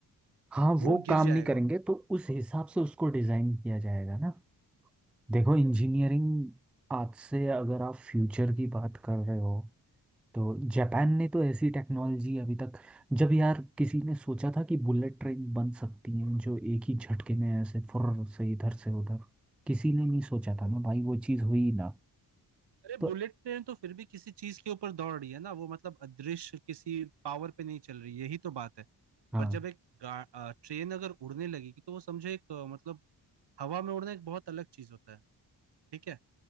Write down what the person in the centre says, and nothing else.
हाँ
वो
काम
नहीं करेंगे तो उस हिसाब से उसको डिजाइन किया जाएगा ना देखो इंजीनियरिंग आज से अगर आप फ्यूचर की बात कर रहे हो तो जापान ने तो ऐसी टेक्नोलॉजी अभी तक जब यार किसी ने सोचा था कि बुलेट ट्रेन बन सकती है जो एक ही झटके में ऐसे फुर्र से इधर से उधर किसी ने नहीं सोचा था ना भाई वो चीज़ हुई ना
तो
हाँ